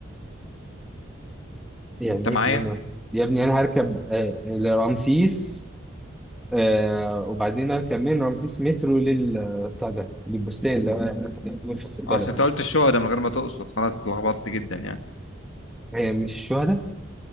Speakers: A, in the centre; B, on the left (about 80°).
A: يعني
B: انت معايا
A: إيه من يا ابني أنا هركب آه، لرمسيس آه، وبعدين أركب من رمسيس مترو لل بتاع ده للبستان اللي هو موجود في البلد
B: اصل انت قلت الشهداء من غير ما تقصد فانا اتلخبطت جدا يعني
A: هي مش الشهداء؟